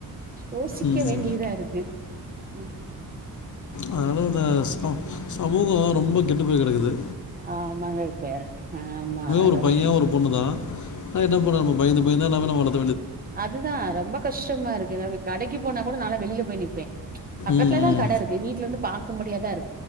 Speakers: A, on the right (about 25°); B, on the left (about 55°).
A: யோசிக்க
B: ம்
A: வேண்டியதா இருக்கு உம்
B: அதனால அந்த சமூகம் ரொம்ப கெட்டு போய் கிடைக்குது
A: ஆஹ் மங்க பேர் ஆஹ் ஆமா
B: ஒரு
A: ஆம்
B: பையன்
A: <unintelligible>
B: ஒரு பொண்ணு தான் என்ன பண்றது நம்ம பயந்து பயந்தான் <unintelligible>
A: அதுதான் ரொம்ப கஷ்டமா இருக்கு நமக்கு கடைக்கு போன கூட நான் வெளியே போய் நிப்பேன் பக்கத்துலதான்
B: ம்
A: கடை இருக்கு வீட்டுல இருந்து பாக்க முடியாது